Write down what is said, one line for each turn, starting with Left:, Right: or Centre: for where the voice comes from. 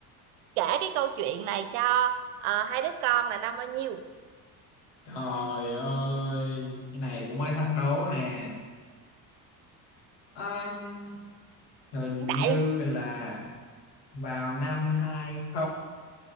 Right: kể cái câu chuyện này cho ờ, hai đứa con là năm bao nhiêu?
Left: Trời ơi, cái này cũng mới thách đố nè. Ờm, hình
Right: Hiện tại
Left: như
Right: đi.
Left: là vào năm 20